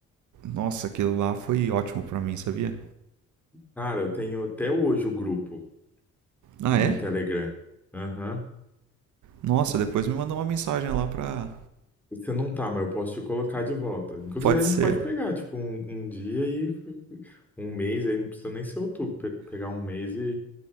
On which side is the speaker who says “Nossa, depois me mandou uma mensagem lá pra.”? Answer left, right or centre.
Right